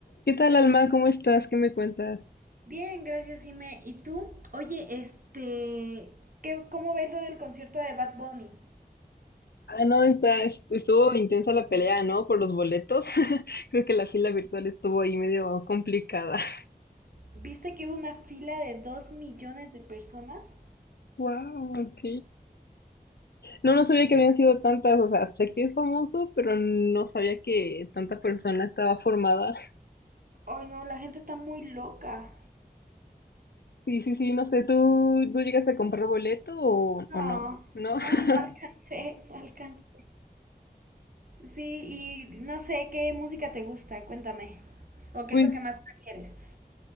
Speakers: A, on the left (about 90°); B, on the right (about 60°).
A: ¿Qué tal, Alma? ¿Cómo estás? ¿Qué me cuentas?
B: Bien, gracias, Jimé. ¿Y tú? Oye, este, ¿qué, ¿cómo ves lo del concierto de Bad Bunny?
A: Ah, no, está, est- estuvo intensa la pelea, ¿no? Por los boletos. <laughs> Creo que la fila virtual estuvo ahí medio complicada. <laughs>
B: ¿Viste que hubo una fila de dos millones de personas?
A: Wow, ok. No, no sabía que habían sido tantas, o sea, sé que es famoso, pero no sabía que tanta persona estaba formada.
B: Ay, no, la gente está muy loca.
A: Sí, sí, sí, no sé, ¿tú, tú llegaste a comprar boleto o,
B: No,
A: o no? ¿No?
B: no,
A: <laughs>
B: no alcancé, no alcancé. Sí, y no sé qué música te gusta, cuéntame. ¿O qué
A: Pues.
B: es lo que más prefieres?